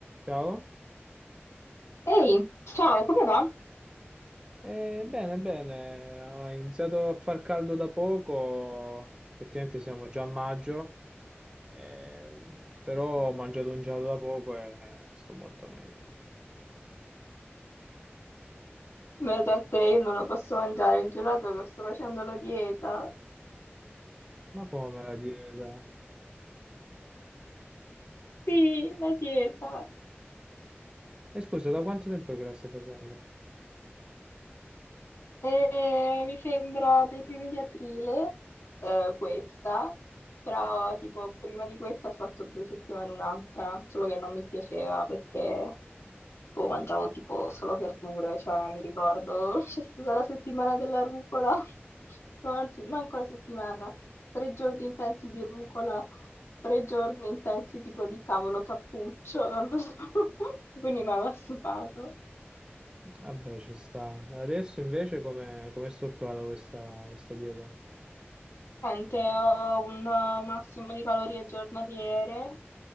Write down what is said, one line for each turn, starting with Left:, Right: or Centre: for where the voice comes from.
Right: Ciao,
Left: Ehi, ciao, come va?
Right: Eh, bene, bene, ha iniziato a far caldo da poco, effettivamente siamo già a maggio, eh, però ho mangiato un gelato da poco e sto molto meglio.
Left: Beata a te, io non lo posso mangiare il gelato che sto facendo la dieta.
Right: Ma come la dieta?
Left: Sì, la dieta.
Right: E scusa, da quanto tempo che la stai facendo?
Left: E mi sembra dai primi di aprile, eh, questa, però tipo prima di questa ho fatto due settimane un'altra, solo che non mi piaceva perché Boh, mangiavo tipo solo verdure, cioè mi ricordo <laughs> c'è stata la settimana della rucola, <laughs> no, anzi, manco la settimana, tre giorni intensi di rucola, tre giorni intensi tipo di cavolo cappuccio, <laughs> non lo so, <laughs> quindi mi aveva stufato.
Right: Vabbè, ci sta. Adesso invece come come è strutturata questa, questa dieta?
Left: Niente, ho un eh, massimo di calorie giornaliere